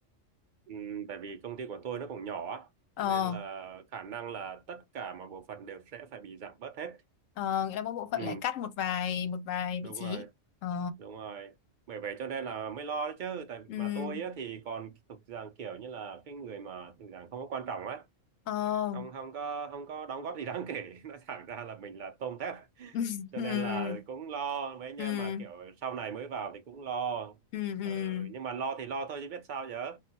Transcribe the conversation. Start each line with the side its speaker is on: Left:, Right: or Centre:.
Right: Ừ. tại vì công ty của tôi nó còn nhỏ á,
Left: Ờ,
Right: cho nên là khả năng là tất cả mọi bộ phận đều sẽ phải bị giảm bớt hết
Left: ờ nghĩa là mỗi bộ phận
Right: ừ.
Left: lại cắt một vài một vài
Right: đúng
Left: vị trí.
Right: rồi
Left: Ờ,
Right: đúng rồi bởi vậy cho nên là mới lo đấy chứ tại
Left: ừ,
Right: mà tôi á, thì còn thuộc dạng kiểu như là cái người mà thuộc dạng không có quan trọng á
Left: ờ,
Right: không không có không có đóng góp gì đáng kể <laughs> nói thẳng ra là mình là tôm thép
Left: <laughs>
Right: cho
Left: ừ,
Right: nên là cũng lo mấy anh em
Left: ừ,
Right: mà kiểu sau này mới vào thì cũng lo
Left: ừ, ừ.
Right: ừ, nhưng mà lo thì lo thôi chứ biết sao giờ